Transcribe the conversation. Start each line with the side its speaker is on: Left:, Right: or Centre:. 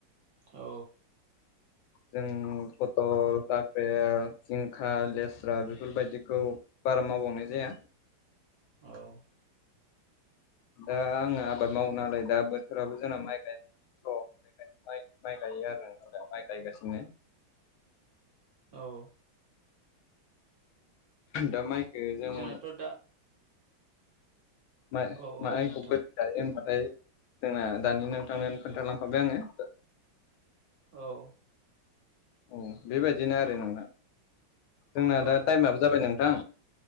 Right: औ।
Left: जों पथल जाफेर जिंखा लेस्रा बेफोरबायदिखौ बारा मावबांनाय जाया।
Right: औ
Left: ओ आङो आबाद मावो नालाय दा बोथोराबो जोंना माइ गायनायनि सम माइ गायो आरो दा माइ गायगासिनो।
Right: औ।
Left: दा माइखो जों
Right: जोंनाथ' दा
Left: माइ-
Right: औ औ
Left: माइखौ
Right: नोंथां
Left: बोरै गायो होनबा ओमफ्राय जोंना दानि नोंथांन खोन्थालांखाबबाय आङो।
Right: औ।
Left: औ बेबायदिनो आरो नोंना जोंना
Right: ओं
Left: दा टाइमाबो जाबाय नोंथां।